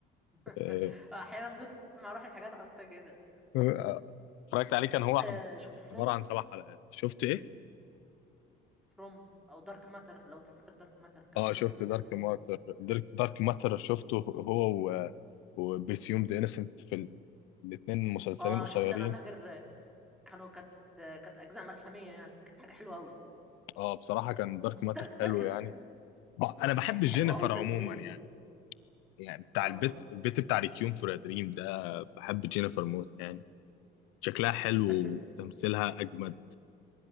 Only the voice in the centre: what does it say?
<laughs>
احيانا بتطلع مع الواحد حاجات عبيطه كده
طب
شفت
شفت فروم
فروم او دارك ماتر لو تفتكر دارك ماتر كان
مسلسل
نازل
من
اه انا
شفت انا فاكر كانوا كانت كانت اجزاء ملحميه يعني كانت حاجه حلوه قوي
دارك دارك
حلو
قوي بس
اه
بس